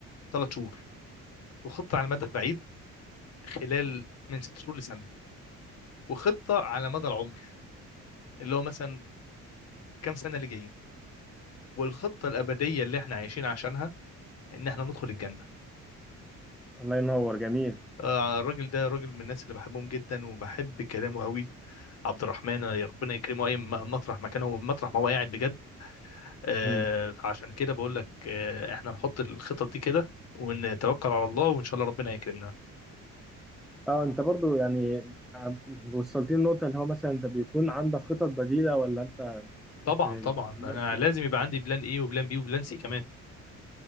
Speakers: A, on the left (about 55°); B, in the centre.
A: ثلاث شهور وخطه على المدى البعيد خلال من ست شهور لسنه وخطه على مدى العمر اللي هو مثلا كام سنه اللي جايين والخطه الابديه اللي احنا عايشين عشانها ان احنا ندخل الجنه
B: الله ينور جميل
A: آه، الراجل ده راجل من الناس اللي بحبهم جدا وبحب كلامه قوي عبد الرحمن يا ربنا يكرمه اي م- مطرح مكانه مطرح ما هو قاعد بجد آه،
B: مم.
A: فعشان كده بقول لك آه، احنا نحط الخطط دي كده ونتوكل على الله وان شاء الله ربنا يكرمنا
B: اه انت برضو يعني آه، وصلتني النقطة اللي هو مثلا انت بيكون عندك خطط بديلة ولا انت
A: طبعا
B: بتبقى
A: طبعا انا
B: ماشي
A: لازم يبقى عندي بلان ايه وبلان بي وبلان سي كمان